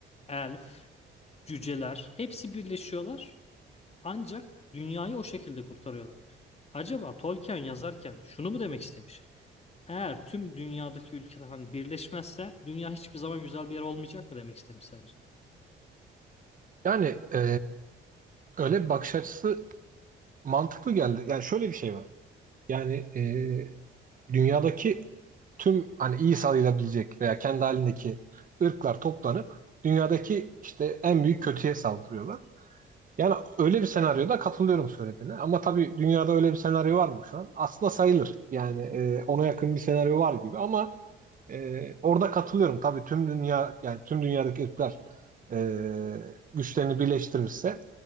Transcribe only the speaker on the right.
Yani e, öyle bir bakış açısı mantıklı geldi. Yani şöyle bir şey var. Yani e, dünyadaki tüm hani iyi sayılabilecek veya kendi halindeki ırklar toplanıp dünyadaki işte en büyük kötüye saldırıyorlar. Yani öyle bir senaryoda katılıyorum söylediğine. Ama tabii dünyada öyle bir senaryo var mı şu an? Aslında sayılır. Yani e, ona yakın bir senaryo var gibi ama e, orada katılıyorum. Tabii tüm dünya yani tüm dünyadaki ırklar e, güçlerini birleştirirse